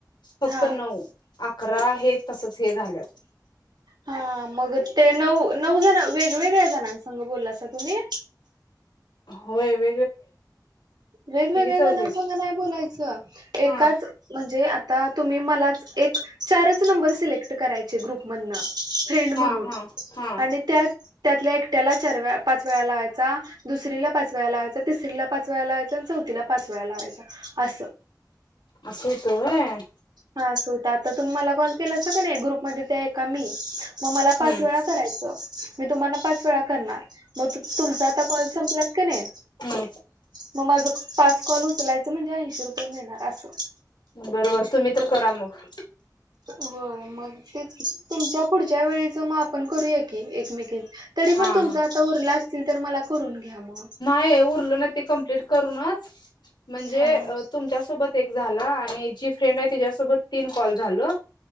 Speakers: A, on the left; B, on the right.
A: फक्त
B: हा.
A: नऊ अकरा हे, तसच हे झाल्यात.
B: हा, मग ते नऊ- नऊ जण, वेगवेगळ्या जणासंग बोललासा तुम्ही?
A: होय. वे
B: वेगवेगळ्या
A: चौघी
B: जणांसग
A: आहेत.
B: नाही बोलायचं. एकाच
A: हा
B: म्हणजे आता तुम्ही मलाच एक, चारच नंबर सिलेक्ट कराय चे ग्रुप मधन, फ्रेंड् म्हणून.
A: हा हा हा
B: आणि त्यात- त्यातल्या एक त्याला चार वेळा, पाच वेळा लावायचा. दुसरीला पाच वेळा लावा तिसरीला पाच वेळा लावायचा. अन् चौथीला पाच वेळा लावायचा, असं.
A: असं व्हतं, व्हय?
B: हा, असं व्हतं. आता तुम्ही मला कॉल केलासा का नाही, ग्रुपमध्ये ते एका मी. मग मला पाच
A: हम्म
B: वेळा करायचं. मी तुम्हाना पाच वेळा करणार. मग तु तुमचा आता कॉल संपल्यात किनय
A: हम्.
B: मग माझं क पाच कॉल उचलायचं. म्हणजे ऐंशी रुपये मिळणार, असं.
A: बरबर. तुम्ही तर करा मग.
B: होय. मग तेच की. तुमच्या पुढच्या वेळीचं, मग आपण करूया की, एकमेकी तरी
A: हा
B: पण तुमचा
A: हा.
B: आता उरला असतील, तर मला करून घ्या मग.
A: ते उरलं ना, ते कंप्लेट करूनच. म्हणजे
B: हा
A: अ तुमच्यासोबत एक झाला. आणि जी फ्रेंडय, तिच्यासोबत तीन कॉल झालं.